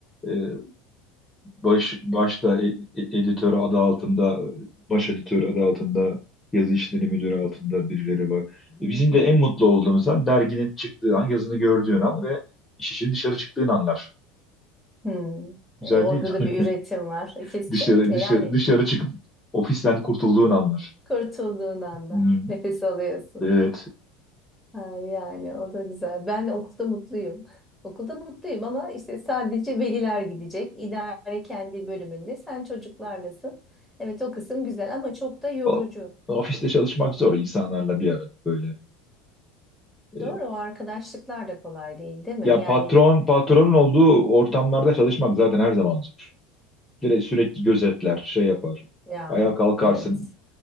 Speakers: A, on the left; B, in the centre.
A: E, baş başta e- e- editör adı altında, baş editör adı altında, yazı işleri müdürü altında birileri var.
B: Hı
A: E, Bizim
B: hı.
A: de en mutlu olduğumuz an derginin çıktığı an, yazını gördüğün an ve iş işin dışarı çıktığın anlar.
B: Hmm.
A: Güzel
B: E, orada
A: değil
B: da
A: mi?
B: bir üretim var.
A: <laughs>
B: E, Kesinlikle
A: Dışarı dışarı
B: yani
A: dışarı çıkıp ofisten kurtulduğun anlar.
B: kurtulduğun anlar.
A: Hmm,
B: Nefes alıyorsun.
A: evet.
B: Ha, yani o da güzel. Ben okulda mutluyum. <laughs> Okulda mutluyum ama işte sadece veliler gidecek. İdare kendi bölümünde. Sen çocuklarlasın. Evet o kısım güzel ama çok da yorucu.
A: O- Ofiste çalışmak zor insanlarla bir arada böyle. E,
B: Doğru o arkadaşlıklar da kolay değil, değil mi?
A: Ya
B: Yani
A: patron patronun olduğu ortamlarda çalışmak zaten her zaman zor. Direkt sürekli gözetler, şey yapar.
B: ya
A: Ayağa kalkarsın
B: evet.